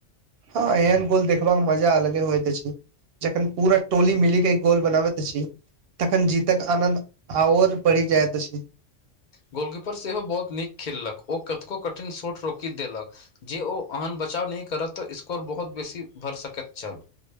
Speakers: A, on the right; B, on the left.
A: हँ एहन गोल देखबाक मजा अलगे होइते अति। जखन पूरा टोली मिली के एक गोल बना बैत अछि। तखन जीतक आनन्द आओर बढ़ि जायइत अछि।
B: गोलकीपर सेहो बहुत नीक खेललक ओ कतको कठिन शॉट रोकि देलक। जे ओ अहन बचाव नहि करत तऽ स्कोर बहुत बेसी भरी सकैत छल।